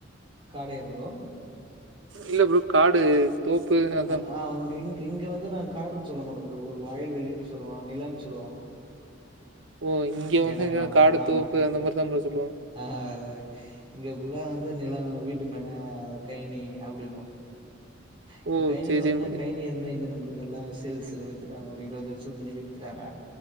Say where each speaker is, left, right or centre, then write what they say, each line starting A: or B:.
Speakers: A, on the right; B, on the right.
A: காலியா ப்ரோ
B: இல்ல ப்ரோ காடு தோப்பு அதா
A: அ ஆ அங்க இங்க இங்க வந்து நாங்க காடுன் சொல்ல மாட்டோ ப்ரோ வயல்வெளினு சொல்லுவோ நிலம்னு சொல்லுவோ
B: ஓ இங்க வந்து
A: எடோ ஆமா
B: காடு
A: ஆமா
B: தோப்பு அந்த மாரிதா ப்ரோ சொல்லுவாங்
A: ஆ ஆ இங்க ஃபுல்லா வந்து நிலோ வீட்டுமன அத கைனி அப்டினுவோ இப்ப
B: ஓ!
A: கைனி
B: சரி,
A: பாத்தோனா
B: சரி.
A: கைனி எதுமே இல்ல நம்ளுக்கு எல்லா சேல்ஸ்ல வித்துட்டாங்க ஒரு இருவது வருஷத்துக் முன்னடியே வித்துட்டாங்க